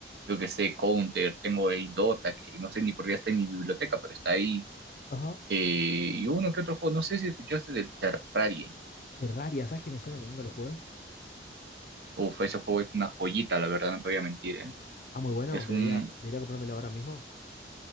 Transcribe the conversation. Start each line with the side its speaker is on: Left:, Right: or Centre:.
Right: yo que sé, Counter, tengo el Dota, que no sé ni por qué está en mi biblioteca, pero está ahí.
Left: Ajá.
Right: Eh, y uno que otro juego, no sé si escuchaste del Terraria.
Left: Terraria, ¿sabes qué me suena? Pero nunca lo jugué.
Right: Uf, ese juego es una joyita, la verdad, no te voy a mentir, ¿eh?
Left: Ah, muy bueno.
Right: Es
Left: Debería,
Right: un...
Left: debería comprármelo ahora mismo.